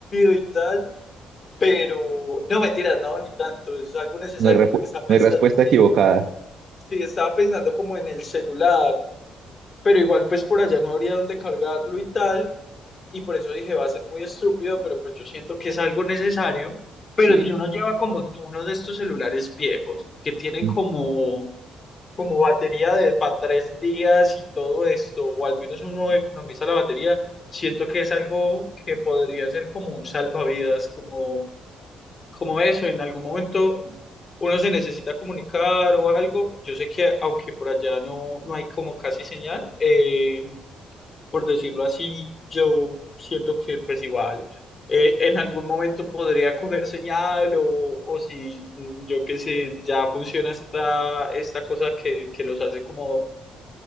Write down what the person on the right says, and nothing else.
no hay, repu-
no hay respuesta equivocada.
Sí.
Mm,